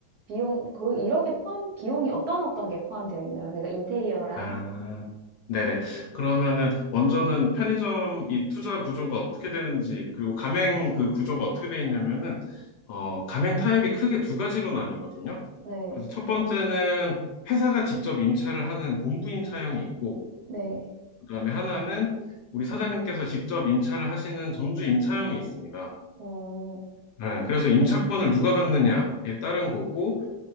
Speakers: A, on the right; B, on the left.
A: 비용, 그 1억에 포함, 비용이 어떤 어떤 게 포함되어 있나요? 그러니까 인테리어랑,
B: 아, 네네. 그러면은 먼저는 편의점 이 투자 구조가 어떻게 되는지 그리고 가맹 그 구조가 어떻게 돼 있냐면은 어, 가맹 타입이 크게 두 가지로 나뉘거든요.
A: 네.
B: 그래서 첫 번째는 회사가 직접 임차를 하는 본부 임차형이 있고
A: 네.
B: 그다음에 하나는 우리 사장님께서 직접 임차를 하시는 점주 임차형이 있습니다.
A: 어,
B: 네, 그래서 임차권을 누가 갖느냐에 따른 거고